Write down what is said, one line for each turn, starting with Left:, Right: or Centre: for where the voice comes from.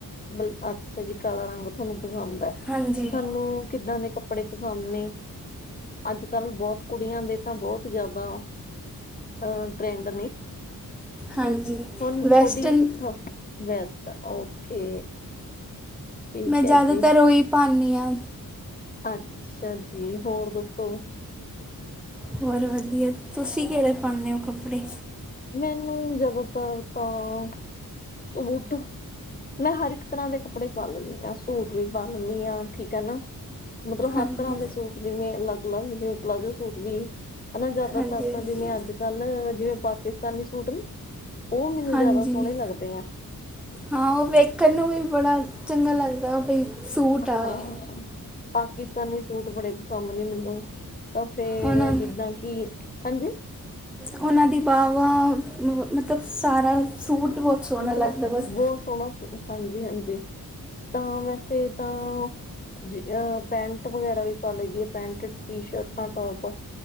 Left: ਬਲੇ ਅੱਛਾ ਜੀ, ਕਾਲਾ ਰੰਗ ਥਾਨੂੰ ਪਸੰਦ ਐ
Centre: ਹਾਂਜੀ
Left: ਥਾਨੂੰ। ਕਿੱਦਾਂ ਦੇ ਕੱਪੜੇ ਪਸੰਦ ਨੇ? ਅੱਜ-ਕਲ੍ਹ ਬੋਤ ਕੁੜੀਆ ਦੇ ਤਾਂ ਬੋਤ ਜਾਦਾ ਅਹ ਟ੍ਰੈਂਡ ਨੇ,
Centre: ਹਾਂਜੀ
Left: ਹੁਨ
Centre: ਵੈਸਟਰਨ
Left: ਥੋਡੀ ਵੈਸਟ, ਓਕੇ। ਠੀਕ
Centre: ਮੈਂ ਜਾਦਾਤਰ
Left: ਹੈ ਜੀ
Centre: ਓਈ ਪਾਂਨੀ ਆ।
Left: ਅੱਛਾ ਜੀ, ਹੋਰ ਦੱਸੋ?
Centre: ਹੋਰ ਵਦੀਆ, ਤੁਸੀਂ ਕੇੜੇ ਪਾਨੇਂ ਓ ਕੱਪੜੇ?
Left: ਮੈਨੂੰ ਜਾਦਾਤਰ ਤਾਂ, ਸੂਟ ਮੈਂ ਹਰ ਇੱਕ ਤਰ੍ਹਾਂ ਦੇ ਕੱਪੜੇ ਪਾ ਲੈਂਨੀ ਆ, ਸੂਟ ਵੀ ਪਾ ਲੈਂਨੀ ਆ, ਠੀਕ ਹੈ ਨਾ। ਮਤਲਬ, ਹਰ
Centre: ਹਾਂਜੀ
Left: ਤਰ੍ਹਾਂ ਦੇ ਸੂਟ, ਜਿਵੇਂ ਅਲੱਗ- ਅਲੱਗ ਜਿਵੇਂ ਪਲਾਜ਼ੋ ਸੂਟ ਵੀ। ਹਨਾ, ਜਾਦਾਤਰ
Centre: ਹਾਂਜੀ
Left: ਤਾਂ
Centre: ਹਾਂਜੀ
Left: ਜਿਵੇਂ ਅੱਜ- ਕੱਲ, ਜਿਵੇਂ ਪਾਕਿਸਤਾਨੀ ਸੂਟ ਨੀ ਉਹ ਮੈਨੂੰ
Centre: ਹਾਂਜੀ
Left: ਜਾਦਾ ਸੋਣੇ ਲੱਗਦੇ ਆ।
Centre: ਹਾਂ, ਉਹ ਵੇਖਨ ਨੂੰ ਵੀ ਬੜਾ, ਚੰਗਾ ਲੱਗਦੈ ਬਈ, ਸੂਟ ਆਇਐ।
Left: ਹਾਂ ਪਾਕਿਸਤਾਨੀ ਸੂਟ ਬੜੇ ਪਸੰਦ ਨੇ ਮੈਨੂੰ, ਤਾਂ ਫੇਰ
Centre: ਉਹਨਾਂ
Left: ਜਿੱਦਾਂ ਕਿ ਹਾਂਜੀ
Centre: ਉਹਨਾਂ ਦੀ ਬਾਹਵਾ ਮਤਲਬ ਸਾਰਾ ਸੂਟ ਬਹੁਤ ਸੋਹਣਾ
Left: ਮਤਲਬ
Centre: ਲੱਗਦਾ ਬਸ
Left: ਬੋਤ ਸੋਹਣਾ ਸੂਟ ਹਾਂਜੀ- ਹਾਂਜੀ, ਤਾਂ ਵੈਸੇ ਤਾਂ ਜੀ ਅ ਪੈਂਟ ਵਗੈਰਾ ਵੀ ਪਾ ਲਈ ਦੀ ਪੈਂਟ, ਟੀ ਸ਼ਰਟਾਂ, ਟੋਪ।